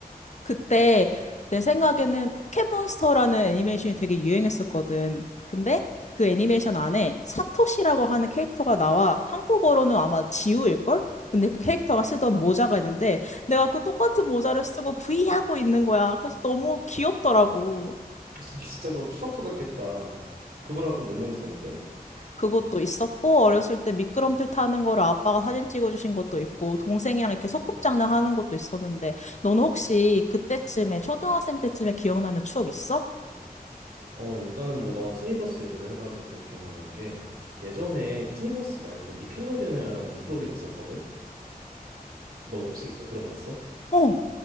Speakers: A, on the left; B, on the right.
A: 그때 내 생각에는 포켓몬스터라는 애니메이션이 되게 유행했었거든. 근데 그 애니메이션 안에 사토시라고 하는 캐릭터가 나와 한국어로는 아마 지우일걸? 근데 그 캐릭터가 쓰던 모자가 있는데 내가 그 똑같은 모자를 쓰고 브이하고 있는 거야. 그래서 너무 귀엽더라고.
B: <laughs> 진짜 너 추억 돋았겠다. 그거랑 또 뭐뭐 있었는데?
A: 그것도 있었고 어렸을 때 미끄럼틀 타는 거를 아빠가 사진 찍어주신 것도 있고 동생이랑 이렇게 소꿉장난 하는 것도 있었는데 너는 혹시 그때쯤에 초등학생 때쯤에 기억나는 추억 있어?
B: 어, 일단은 너가 투니버스 얘기를 해가지고 기억나는 게 예전에 투니버스 말고 니켈로디언이라는 프로그램 있었거든? 너 혹시 이거 들어봤어?
A: 어.